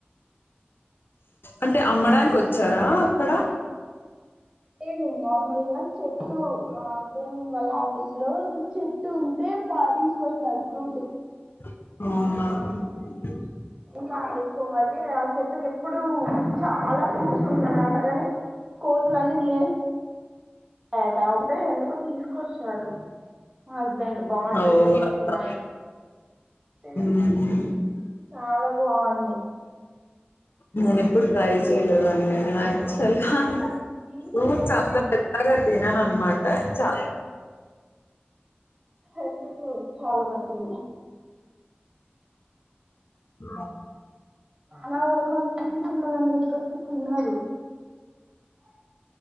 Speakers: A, on the left; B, on the right.
A: అంటే అమ్మడానికి వచ్చారా అక్కడ
B: లే నార్మల్గా చెట్టు మా హస్బెండ్ వాళ్ళ ఆఫీస్లో ఒక చెట్టు ఉంటే పా తీసుకొచ్చాడు ఫ్లూటు
A: అ
B: ఇంకా ఎక్కువ అయితే ఆ చెట్కి ఎప్పుడు చాలా చూస్ ఉన్నా అట కాని కోతుల అన్నిీ తినే టేటా ఒకటే ఎందుకు తీసుకొచ్చాడు మా హస్బెండ్ బాగుంటుంది
A: ఓ అట్లా.
B: తినని టేస్ట్
A: మ్మ్.
B: చాలా బాగుంది
A: ననిప్పుడు టడ్రై చేలేదు అన్న చఊ
B: అట్లా స్వీట్ ఉండదు
A: చందా పెద్దగా తిన అందమాట చాా
B: హెల్త్కు చాలా మంచించిది
A: ఆ
B: అర తొంభది వందలపాయస్ తినారు